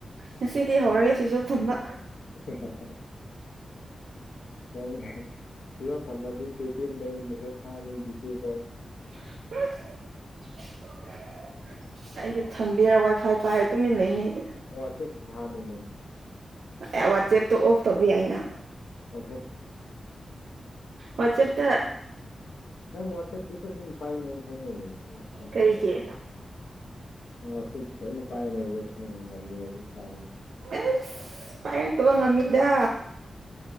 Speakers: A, on the right; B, on the left.
A: ꯉꯁꯤꯗꯤ ꯍꯧꯔꯒꯦ ꯁꯨꯏꯁ ꯑꯣꯞ ꯊꯝꯕ
B: ꯍꯥ ꯍꯥ ꯍꯥ ꯅꯪ ꯁ꯭ꯋꯤꯁ ꯑꯣꯐ ꯊꯝꯔꯗꯤ <unintelligible> ꯃꯦꯁꯦꯁ ꯊꯥꯔꯅꯤ ꯚꯤꯗꯤꯑꯣꯗ
A: <unintelligible> ꯑꯩꯗꯤ ꯊꯝꯕꯤꯔ ꯋꯥꯏꯐꯥꯏ ꯄꯥꯏꯔ ꯇꯨꯃꯤꯟꯅ ꯂꯩꯅꯤ ꯑꯩꯗꯤ
B: <unintelligible>
A: ꯑꯦ ꯋꯥꯆꯦꯞꯇꯣ ꯑꯣꯐ ꯇꯧꯕꯤ ꯌꯥꯏꯅ
B: <unintelligible>
A: ꯋꯥꯆꯦꯞꯇ
B: ꯅꯪ ꯋꯥꯠꯁꯦꯞꯇꯤ ꯁꯣꯏꯗꯅ ꯄꯥꯏꯒꯅꯦ ꯑꯩ ꯈꯪꯉꯦ
A: ꯀꯩꯒꯤ
B: ꯑꯣ ꯉꯁꯤꯒꯤꯁꯨ ꯑꯩꯅ ꯄꯥꯏ ꯂꯩꯌꯦ <unintelligible> ꯑꯗꯨꯝ ꯊꯥꯅꯤ
A: ꯑꯦꯁ ꯄꯥꯏꯔꯛꯇꯕ ꯉꯝꯃꯤꯗ